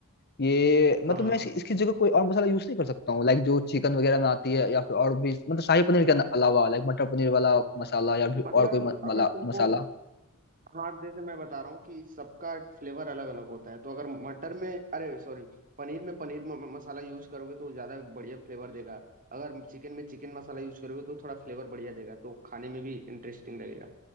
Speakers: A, on the left; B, on the right.
A: ये मतलब
B: हाँ
A: मैं इसकी इसकी जगह कोई और मसाला यूज नहीं कर सकता हूँ लाइक जो चिकन वगैरह में आती है या फिर और भी मतलब शाही पनीर के अलावा लाइक मटर पनीर वाला मसाला या फिर
B: मतलब
A: और कोई म,
B: अगर
A: मला,
B: तुमको
A: मसाला
B: हाँ जैसे मैं बता रहा हूँ कि सबका फ्लेवर अलग अलग होता है तो अगर मटर में अरे सॉरी पनीर में पनीर म, म- मसाला यूज करोगे तो ज़्यादा बढ़िया फ्लेवर देगा अगर चिकन में चिकन मसाला यूज करोगे तो थोड़ा फ्लेवर बढ़िया देगा तो खाने में भी इंटरेस्टिंग लगेगा